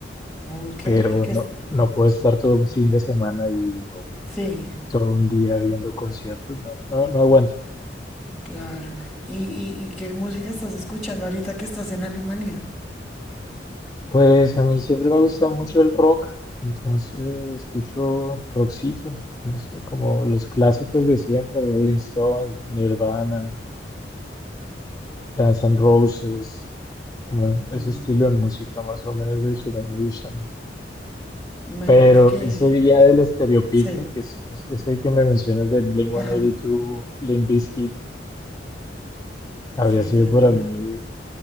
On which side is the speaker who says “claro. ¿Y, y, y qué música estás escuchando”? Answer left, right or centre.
Centre